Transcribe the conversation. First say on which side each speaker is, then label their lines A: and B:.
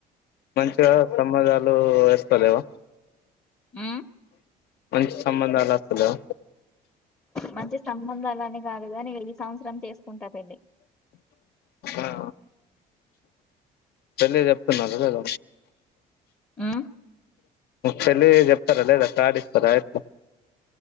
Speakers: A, on the left; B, on the left.
A: మంచిగా సంబంధాలు వస్తలేవా
B: ఉమ్
A: మంచి సంబంధాలస్తలేవ
B: మంచి సంబంధాలని కాదు కాని ఈ సంవత్సరం చేసుకుంటా పెళ్ళి
A: ఆ పెళ్ళి చెప్తున్నార లేద
B: ఆ
A: పెళ్లికి చెప్తార లేద కార్డు ఇస్తరా ఎట్ల